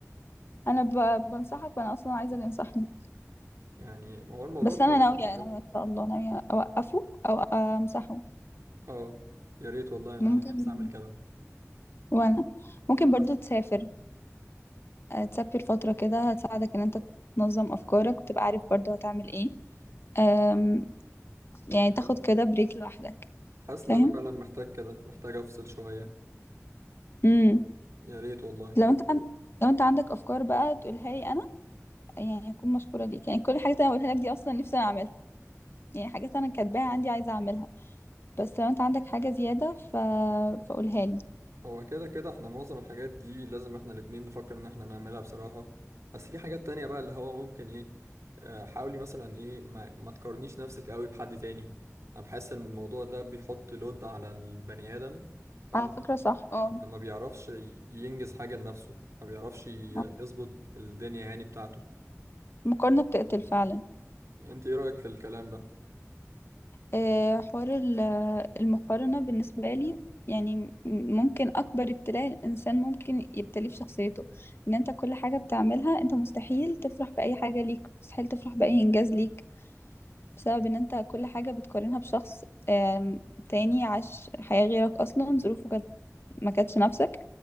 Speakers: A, on the left; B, on the right.
A: <laughs> انا ب... بنصحك وانا اصلا عايزه اللي ينصحني
B: يعني هو الموضوع
A: بس
B: بصراحه
A: انا ناويه
B: كده
A: ناويه ان شاء الله ناويه اوقفه او امسحه
B: اه يا ريت والله انا
A: ممكن
B: نفسي اعمل كده
A: وانا ممكن
B: أنا
A: برضو تسافر آه، تسافر فتره كده هتساعدك ان انت تنظم افكارك وتبقى عارف برضو هتعمل ايه أم... يعني تاخد
B: حاسس
A: كده بريك لوحدك
B: حاسس
A: فاهم
B: ان انا فعلا محتاج كده محتاج افصل شوية
A: امم
B: يا ريت والله
A: لو انت عند... لو انت عندك افكار بقى تقولها لي انا يعني اكون مشكوره ليك يعني كل حاجه انا بقولها لك دي اصلا نفسي انا اعملها يعني حاجات انا كاتباها عندي عايزه اعملها بس لو انت عندك حاجة زيادة ف... فقولها لي
B: هو كده كده احنا معظم الحاجات دي لازم احنا الاتنين نفكر ان احنا نعملها بصراحة بس في حاجات تانية بقى اللي هو ممكن ايه آه، حاولي مثلا ايه ما, ما تقارنيش نفسك قوي بحد تاني انا بحس ان الموضوع ده بيحط لود على البني ادم فاهم
A: على فكرة صح اه
B: ما بيعرفش ي- ينجز حاجة لنفسه ما بيعرفش ي-
A: آه.
B: يظبط الدنيا يعني بتاعته
A: المقارنة بتقتل فعلا
B: انت ايه رأيك في الكلام ده
A: آه، حوار ال- المقارنة بالنسبة لي يعني م- ممكن أكبر ابتلاء الإنسان ممكن يبتليه في شخصيته إن أنت كل حاجة بتعملها أنت مستحيل تفرح بأي حاجة ليك مستحيل تفرح بأي إنجاز ليك بسبب إن أنت كل حاجة بتقارنها بشخص آم، تاني عاش حياة غيرك أصلا ظروفه كانت ما كانتش نفسك